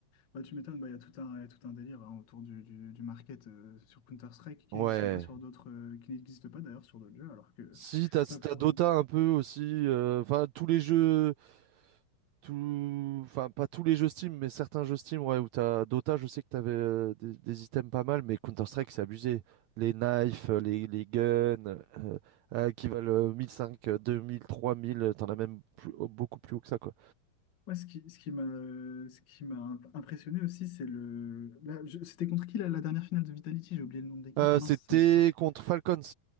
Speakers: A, on the left; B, on the right.
A: Bah, tu m'étonnes, bah, il y a tout un, il y a tout un délire hein, autour du, du, du market euh, sur Counter-Strike qui
B: Ouais.
A: n'existe pas sur d'autres, euh, qui n'existe pas d'ailleurs sur d'autres jeux, alors que
B: Si, t'as,
A: ça
B: si
A: pourrait.
B: t'as Dota
A: hein.
B: un peu aussi. euh, Enfin, tous les jeux. tout... enfin, pas tous les jeux Steam, mais certains jeux Steam, ouais, où t'as Dota, je sais que t'avais euh, des, des items pas mal, mais Counter-Strike, c'est abusé. Les knives, euh, les, les guns, euh, euh, qui valent euh, 1500, euh, 2000, 3000, euh, t'en as même plus- beaucoup plus haut que ça, quoi.
A: Ouais, ce qui, ce qui m'a, ce qui m'a imp- impressionné aussi, c'est le. Là, je- c'était contre qui la, la dernière finale de Vitality? J'ai oublié le nom de l'équipe.
B: Euh,
A: Mince,
B: c'était
A: ça m'est sorti.
B: contre Falcons.